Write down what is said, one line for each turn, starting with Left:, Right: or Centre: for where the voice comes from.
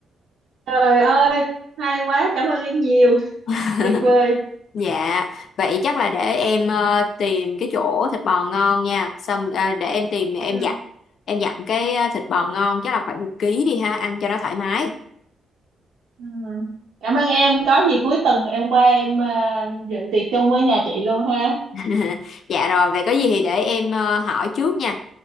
Right: Trời ơi, hay quá, cảm ơn em nhiều,
Left: <laughs>
Right: tuyệt vời.
Left: Dạ, vậy chắc là để em ờ, tìm cái chỗ thịt bò ngon nha. Xong ờ, để em tìm em
Right: ừ
Left: dặn em dặn cái ờ, thịt bò ngon chắc là khoảng một ký đi ha, ăn cho nó thoải mái.
Right: ừ. cảm ơn em có gì cuối tuần em qua em à, dự tiệc chung với nhà chị luôn ha
Left: <laughs> Dạ rồi, vậy có gì thì để em ờ, hỏi trước nha.